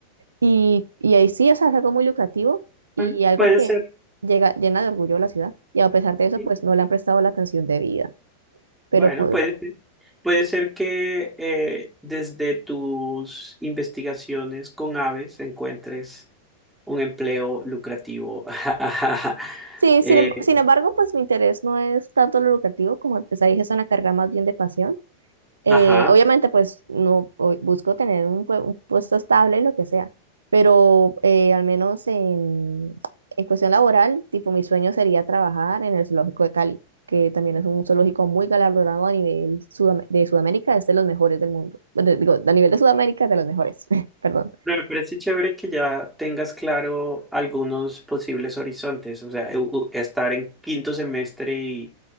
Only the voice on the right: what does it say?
Y, y ahí sí, o sea, es algo muy lucrativo y
algo
que
llega, llena de orgullo a la ciudad. Y a pesar de eso,
pues no le han prestado la atención debida. Pero
pues
sí, sin,
em- sin embargo, pues mi interés no es tanto lo lucrativo, como te dije, es una carga más bien de pasión. Eh,
obviamente, pues no o- busco tener un, pue- un puesto estable y lo que sea, pero eh, al menos en, en cuestión laboral, tipo mi sueño sería trabajar en el zoológico de Cali, que también es un zoológico muy galardonado a nivel Sudam- de Sudamérica, es de los mejores del mundo. De- digo, a nivel de Sudamérica, es de los mejores, <laughs> perdón.